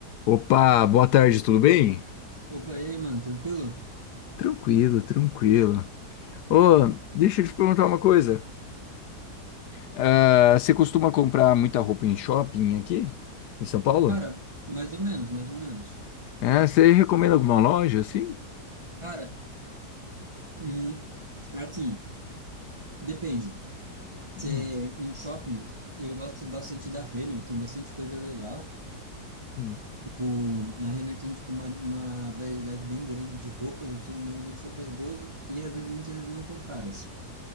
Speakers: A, on the left; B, on the right.
A: Opa, boa tarde, tudo bem?
B: Opa, e aí, mano, tranquilo?
A: Tranquilo, tranquilo. Ô, deixa eu te perguntar uma coisa. Ah, você costuma comprar muita roupa em shopping aqui, em São Paulo?
B: Cara, mais ou menos, mais ou menos.
A: É, você recomenda alguma loja assim?
B: Cara, hum, é assim, depende.
A: Hum,
B: Você, em shopping, eu gosto bastante da Renner, tem bastante coisa legal.
A: hum.
B: Tipo, na Renner tem, tipo, uma, uma variedade bem grande de roupas, e são normalmente roupas boas e, e às vezes, muitas vezes não tão caras.